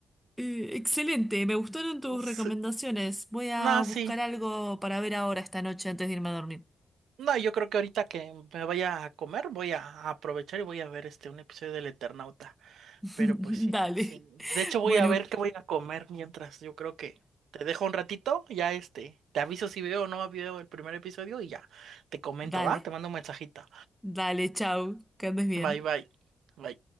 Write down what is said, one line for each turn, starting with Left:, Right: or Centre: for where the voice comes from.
Centre: eh, excelente, me gustaron tus
Right: sí.
Centre: recomendaciones. Voy a
Right: no,
Centre: buscar
Right: sí,
Centre: algo para ver ahora esta noche antes de irme a dormir.
Right: no, yo creo que ahorita que me vaya a comer, voy a aprovechar y voy a ver este un episodio del Eternauta.
Centre: <laughs>
Right: Pero pues sí,
Centre: Dale.
Right: sí. De hecho, voy
Centre: Bueno,
Right: a ver qué voy a comer mientras. Yo creo que te dejo un ratito, ya este. Te aviso si veo o no veo el primer episodio y ya. Te comento,
Centre: dale.
Right: ¿va? Te mando un mensajito.
Centre: Dale, chau, que andes bien.
Right: Bye, bye. Bye.